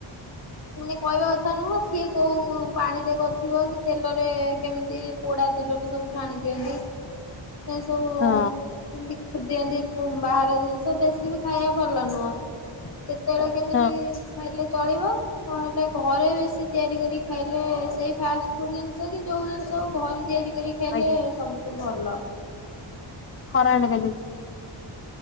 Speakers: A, on the left (about 50°); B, on the left (about 30°).
A: ମାନେ କହିବା କଥା ନୁହଁ, ସିଏ କୋଉ ପାଣିରେ କରିଥିବ କି, ତେଲରେ କେମିତି ପୋଡା ତେଲରେ ସବୁ ଛାଣି ଦିଅନ୍ତି, ଏ ସବୁ
B: ହଁ
A: ଏମତି କରିଦିଅନ୍ତି ବାହାର ଜିନିଷ, ବେଶୀ ବି ଖାଇବା ଭଲ ନୁହଁ। କେତେବେଳେ କେମିତି
B: ହଁ
A: ଖାଇଲେ ଚଳିବ, ନହେଲେ ଘରେ ବେଶି ତିଆରି କରି ଖାଇଲେ, ସେଇ ଫାଷ୍ଟଫୁଡ୍ ଜିନିଷ କି, ଯୋଉ ଜିନିଷ ହଉ, ଘରେ ତିଆରି କରି ଖାଇଲେ
B: ଆଜ୍ଞା
A: ସବୁ ତୁ ଭଲ।
B: ଖରା
A: ହୁଁ
B: ଏଇନେ କେନ୍ତି ଅଛି?